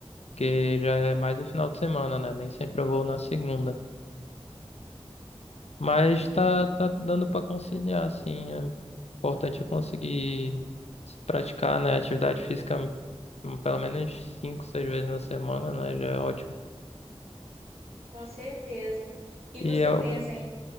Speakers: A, on the left; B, on the right.
A: porque já é mais o final de semana, né? Nem sempre eu vou na segunda. Mas
B: Hum,
A: tá, tá dando pra conciliar, assim. É importante é conseguir se praticar, né? Atividade física hum, pelo menos cinco, seis vezes na semana, né? Já é ótimo.
B: com certeza. E
A: E
B: você
A: é algum...
B: pensa em,